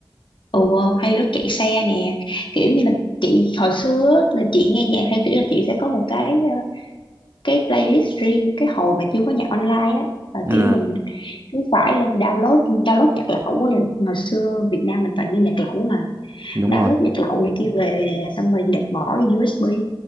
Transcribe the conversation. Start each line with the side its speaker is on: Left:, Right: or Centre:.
Left: ừ, hay lúc chạy xe nè kiểu như là chị hồi xưa á, là chị nghe nhạc theo kiểu là chị sẽ có một cái ờ, cái playlist riêng cái hồi mà chưa có nhạc online á là
Right: Ờ,
Left: kiểu mình cứ phải lên download download nhạc lậu á. ngày xưa Việt Nam mình toàn nghe nhạc lậu mà
Right: đúng
Left: download
Right: rồi.
Left: nhạc lậu này kia về xong rồi để bỏ vô USB